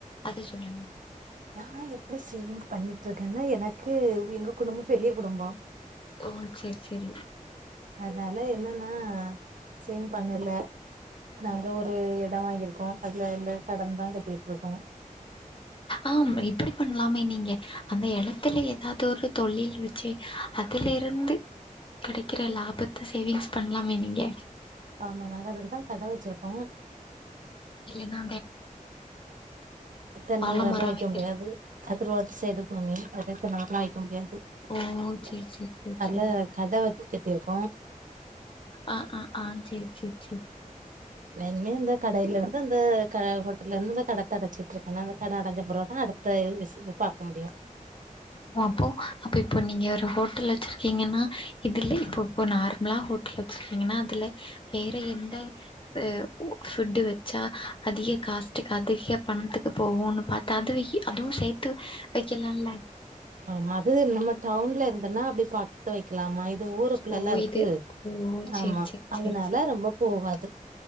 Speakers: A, on the left (about 40°); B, on the right (about 70°).
A: அது சொல்லுங்க
B: நா எப்டி சேவிங் பண்ணிட்ருக்கேனா எனக்கு எங்க குடும்போ பெரிய குடும்போ
A: ஓ செரி செரி
B: அதனால என்னன்னா சேவ்ங் பண்ணல நாங்க ஒரு எடோ வாங்கிருக்கோ அதுல இல்ல கடன்தா கட்டீட்ருக்கோ
A: ஆம் இப்பிடி பண்லாமே நீங்க அந்த எடத்துல எதாது ஒரு தொழில் வெ ச்சு அதுல இருந்து கெடைக்கிற லாபத்த சேவிங்ஸ் பண்லாமே நீங்க
B: ஆமா நாங்க அதுக்குதா கட வெச்சிருக்கோ
A: இல்லனா
B: தென்ன
A: வாழ
B: மரல்லா
A: மரோ
B: வெய்க்க
A: வெக்கிறது
B: முடியாது அது ரோட்டு சைடுக்குமே அதுல தென்ன மரோல்லா வெய்க்க முடியாது வக்க
A: ஓ சேரி சேரி சேரி
B: அதுல
A: சேரி
B: கட வெச் கட்டிருக்கோ
A: ஆ ஆ ஆ சேரி சேரி சேரி
B: மென்மே இந்த கடைலருந்து அந்த க ஹோட்டலுந்த கடத்த அடச்சிட்டுருக்குன்னு அந்த கட அடஞ்ச பிறவுத் அடு த்த விசினு பாக்க முடியு
A: ஒ அப்போ அப்ப இப்போ நீங்க ஒரு ஹோட்டல் வெச்சிருக்கீங்கென்னா இதுல இப்போ இப்ப நார்மலா ஹோட்டல் வெச்சிருக்கீங்கன்னா அதுல வேற எந்த து உ ஃபுட்டு வெச்சா அதிக காஸ்ட்டுக் அதிக பணத்துக்கு போகூனு பாத்தா அதுவியி அதுவு சேத்து வெக்கலால்ல
B: ஆமா அது நம்ம டவுன்ல இருந்துன்னா அப்டி பாத்து வெக்கலாமா ஊது ஊருக்குள்ளல்ல
A: ஓ
B: இருக்கு
A: இது ஓ சேரி
B: ஆமா
A: சேரி
B: அதுனால
A: சேரி சேரி
B: ரொம்ப போகாது